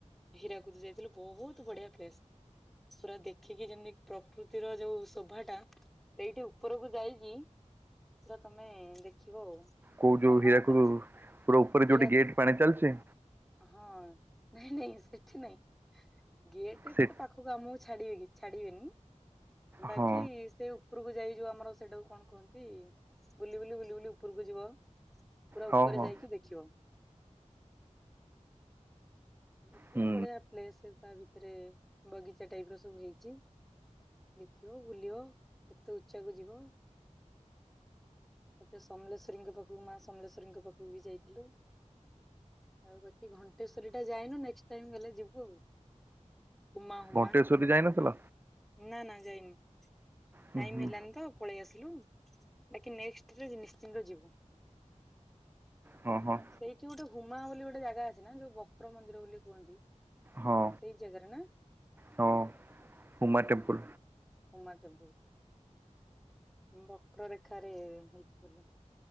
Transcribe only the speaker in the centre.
ହୀରାକୁଦ ଯାଇଥିଲୁ। ବହୁତ ବଢିଆ ପ୍ଲେସ୍। ପୁରା ଦେଖିକି ଯେମିତି ପ୍ରକୃତିର ଯୋଉ ଶୋଭା ଟା ଏଇଠି ଉପରକୁ ଯାଇକି ପୁରା ତମେ ଦେଖିବ ଆଉ।
ମନ
ହବନି
ହୀରାକୁଦ
ହଁ। ନାଇଁ ନାଇଁ ସେଠି ନାଇଁ ଗେଟ ରେ
ତ ପାଖକୁ ଆମକୁ ଛାଡିବେ କି? ଛାଡିବେନି ବାକି
ସେ ଉ ଉପରକୁ ଯାଇ ଯଉ ଆମର ସେଇଟାକୁ କଣ କୁହନ୍ତି, ବୁଲି ବୁଲି ବୁଲି ବୁଲି ଉପରକୁ ଯିବ। ପୁରା ଉପରେ
ଯାଇକି ଦେଖିବ। ଦେଖିବ
ବଢିଆ ପ୍ଲେସ ତା ଭିତରେ ବଗିଚା ଟାଇପ ର ସବୁ ହେଇଛି। ଦେଖିବ, ବୁଲିବ କେତେ ଉଚ୍ଚାକୁ ଯିବ। ମତେ ସମଲେଶ୍ୱରୀଙ୍କ ପାଖକୁ ମା ସମଲେଶ୍ୱରୀଙ୍କ ପାଖକୁ ବି ଯାଇଥିଲୁ। ଆଉ ବାକି ଘଣ୍ଟେଶ୍ୱରୀ ଟା ଯାଇନୁ ନେକ୍ସଟ ଟାଇମ ଗଲେ ଯିବୁ ଆଉ। ଉମା ହୁମା।
ନା ନା ଯାଇନି। ଟାଇମ
ହେଲାନି ତ। ପଳେଇ ଆସିଲୁ। ବାକି ନେକ୍ସଟ ନିଶ୍ଚିନ୍ତ ଯିବୁ।
ସେଇଠି ଗୋଟେ ହୁମା ବୋଲି ଗୋଟେ ଜାଗା ଅଛି ନା ଯୋଉ ବକ୍ର ମନ୍ଦିର ବୋଲି କୁହନ୍ତି।
ସେଇ ଜାଗାରେ ନା।
ହଁ
ହୁମା ଟେମ୍ପୁଲ। ବକ୍ରରେଖାରେ ହେଇଥିଲେ।